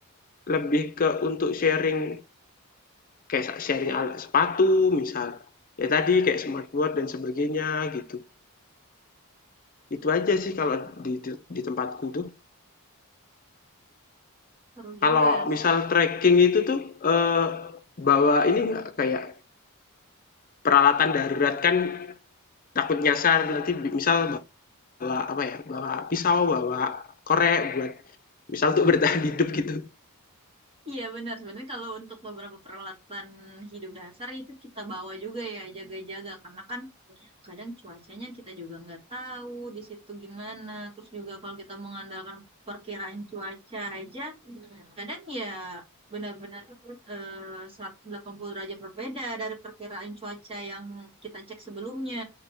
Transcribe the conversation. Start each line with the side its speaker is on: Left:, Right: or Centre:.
Left: lebih ke untuk sharing kayak sharing alat sepatu misal ya tadi kayak smartboard dan sebagainya gitu itu aja sih kalau di, di, di tempatku tuh
Right: seru juga
Left: kalau
Right: ya.
Left: misal
Right: Se-
Left: trekking itu tuh eh, bawa ini nggak kayak peralatan darurat kan Takut nyasar nanti misal bawa apa ya, bawa pisau, bawa korek buat misal untuk bertahan <laughs> hidup gitu.
Right: Iya benar. Sebenarnya kalau untuk beberapa peralatan hidup dasar itu kita bawa juga ya jaga-jaga. Karena kan kadang cuacanya kita juga nggak tahu di situ gimana. Terus juga kalau kita mengandalkan perkiraan cuaca aja, kadang ya benar-benar eh, 180 derajat berbeda dari perkiraan cuaca yang kita cek sebelumnya.